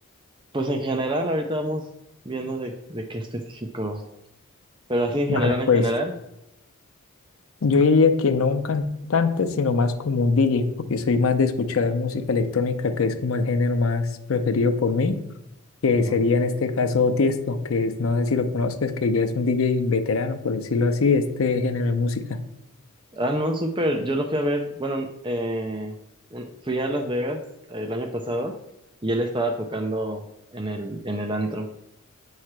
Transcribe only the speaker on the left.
Vale,
pues
yo diría que no un cantante, sino más como un DJ, porque soy más de escuchar música electrónica, que es como el género más preferido por mí, que
sería en este caso Tiesto, que es, no sé si lo conozcas, que ya es un DJ veterano, por decirlo así, de este género de música.